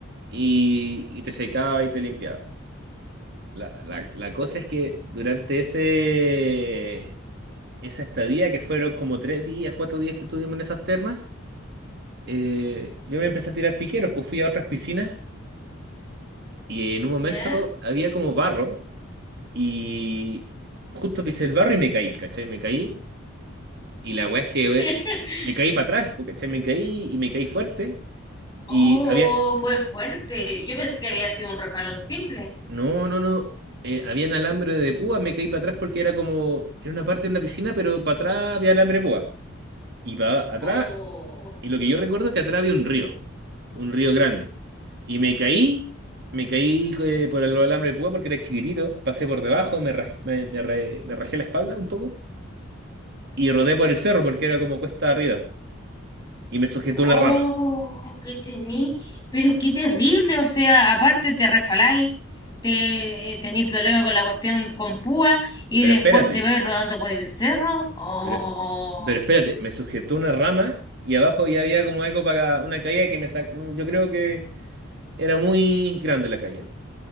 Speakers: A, on the right; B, on the left.
A: Y, y te secaba y te limpiaba. La, la- la cosa es que durante ese, esa estadía, que fueron como tres días, cuatro días que estuvimos en esas termas, eh, yo me empecé a tirar piqueros, pues fui a otras piscinas y en un momento
B: ¿Ya?
A: había como barro y justo pisé el barro y me caí, ¿cachai? Me caí y la weá es que
B: <laughs>
A: eh, me caí para atrás, pues, ¿cachai? Me caí y me caí fuerte.
B: Oh,
A: Y había,
B: fue fuerte. Yo pensé que había sido un refalón simple.
A: no, no, no, eh, habían alambre de púa, me caí para atrás porque era como, era una parte de una piscina, pero para atrás había alambre de púa. Y para atrás,
B: Oh.
A: y lo que yo recuerdo es que atrás había un río, un río grande. Y me caí, me caí eh, por el alambre de púa porque era chiquitito, pasé por debajo, me, raj- me, me re- me rajé la espalda un poco y rodé por el cerro porque era como cuesta arriba. Y me sujetó
B: Oh,
A: una rama.
B: que tení, pero qué terrible, o sea, aparte te refaláis, te tení problemas con la cuestión con púa y
A: Pero
B: después
A: espérate,
B: te vais rodando por el cerro. Oh.
A: Pero, pero espérate, me sujetó una rama y abajo ya había como algo para una caída que me sacó. Yo creo que era muy grande la caída.